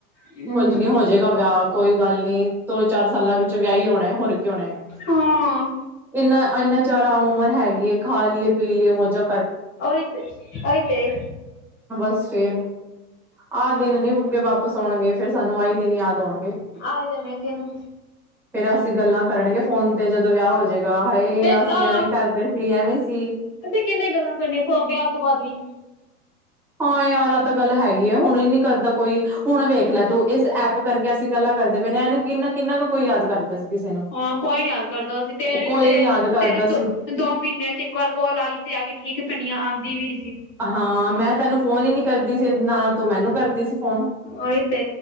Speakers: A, on the left; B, in the centre.
A: ਹਮ
B: ਕੁੱਝ ਨੀ ਹੋ। ਹੋ ਜਾਏਗਾ ਵਿਆਹ ਕੋਈ ਗੱਲ ਨੀ ਦੋ ਚਾਰ ਸਾਲਾਂ ਵਿੱਚ ਵਿਆਹ ਹੀ ਹੋਣਾ ਹੋਰ ਕੀ ਹੋਣਾ।
A: ਹਾਂ।
B: ਇੰਨਾ ਇੰਨਾ ਚਾਰਾ ਉਮਰ ਹੈਗੀ ਏ ਖਾ ਲਈਏ ਪੀ ਲਈਏ ਮੌਜਾ।
A: ਉਹੀ ਤੇ ਉਹੀ ਤੇ।
B: ਬਸ ਫਿਰ ਆਹ ਦਿਨ ਨੀ ਮੁੜ ਕੇ ਵਾਪਿਸ ਆਉਣਗੇ ਫਿਰ ਸਾਨੂੰ ਆਈ। ਦਿਨ ਯਾਦ ਆਉਣਗੇ।
A: ਆਈ ਦਵੇ ਗਿਨ
B: <inaudible> ਫਿਰ ਅਸੀਂ ਗੱਲਾਂ ਕਰਨਗੇ ਫ਼ੋਨ ਤੇ ਜਦੋਂ ਵਿਆਹ ਹੋ ਜਾਏਗਾ ਹਏ
A: ਇੱਕ
B: ਅਸੀਂ
A: ਅ
B: ਐਵੇਂ ਕਰਦੇ ਸੀ ਐਵੇਂ ਸੀ।
A: ਅਸੀਂ ਕਿੰਨੇ ਗੱਲਾਂ ਕਰਨੀਆਂ ਪ ਵਿਆਹ ਤੋਂ ਬਾਅਦ ਵੀ।
B: ਹਾਂ ਯਾਰ ਆ ਤਾਂ ਗੱਲ ਹੈਗੀ ਹੁਣ ਨਹੀਂ ਕਰਦਾ ਕੋਈ। ਹੁਣ ਵੇਖ ਲੈ ਤੂੰ ਇਸ ਐਪ ਕਰਕੇ ਅਸੀਂ ਗੱਲਾਂ ਕਰਦੇ ਪਏ ਹਾਂ ਇਹ ਕਿੰਨਾ ਕਿੰਨਾ ਕੁ ਕੋਈ ਯਾਦ ਕਰਦਾ ਸੀ। ਕਿਸੇ ਨੂੰ।
A: ਹਾਂ ਕੋਈ ਨੀ ਯਾਦ ਕਰਦਾ ਤੇਰੀ
B: ਕੋਈ
A: ਤੇਰੀ
B: ਨੀ ਯਾਦ ਕਰਦਾ
A: ਦੋ।
B: ਸੀ
A: ਦੋ ਮਹੀਨਿਆਂ ਚ ਇਕ ਵਾਰ ਕੋਲ ਆ ਗਈ ਤੇ ਆ ਗਈ ਠੀਕ ਫਿਰ ਆਉਂਦੀ ਵੀ ਨਹੀਂ ਸੀ।
B: ਹਾਂ ਮੈਂ ਤੈਨੂੰ ਫੋਨ ਹੀ ਨੀ ਕਰਦੀ ਸੀ ਨਾ ਤੂੰ ਮੈਨੂੰ ਕਰਦੀ ਸੀ ਫੋਨ।
A: ਉਹੀ ਤੇ